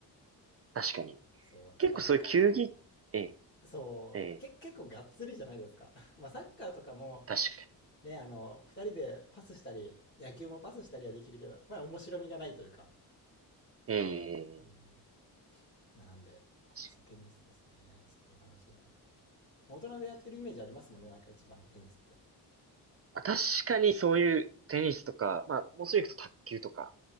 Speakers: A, on the right (about 35°); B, on the left (about 25°).
A: 確かに。
B: そう。やっぱ他の、
A: 結構そういう球技、ええ、
B: そう、
A: ええ、
B: け、結構がっつりじゃないですか。<laughs> まあサッカーとかも、
A: 確か
B: ね、あの、二人でパスしたり、野球もパスしたりはできるけど、まあ面白みがないというか。
A: に。ええ、
B: うん。なんで、
A: 確か
B: そう、テニスですね。ちょっと楽しいな。大人でやってるイメージありますもんね、
A: に。いいです
B: なんか一番テニスって。
A: あ、確かにそういうテニスとか、まあ、もうすぐ行くと卓球とか、